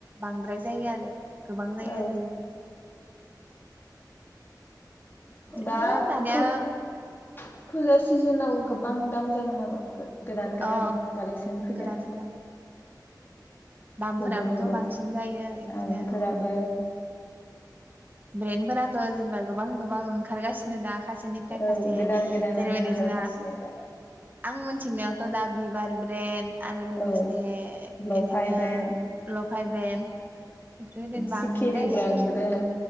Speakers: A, on the right; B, on the left.
A: बांद्राय जायो आरो गोबां जायो
B: औ
A: आरो ओरैनो
B: दा
A: दानिया
B: फुजा सिजोनाव गोबां गोबां दाम जागोन आरो गोदान गोदान
A: अ
B: कालेकसन फैगोन
A: गोदान गोदान दामफोराबोथ'
B: गुबुन गुबुन
A: बांसिन जायो बिदिनो
B: दामफोराबो
A: ब्रेेन फोराथ' जेनेबा गोबां गोबां ओंखारगासिनो दा खायसेनिफ्राय
B: औ
A: खायसे
B: गोदान गोदानानो
A: जेरैबायदि
B: ओंखारगासिनो
A: जोंना
B: दा
A: आं मिथिनायावथ' दा बिबार ब्रेन आरो लोगोसे
B: औ लफाय
A: बिदिनो
B: ब्रेन्ड
A: लफाय ब्रेन् बेफोरबायदिनो बांद्राय
B: सिखिरि ब्रेन्डबो दोङो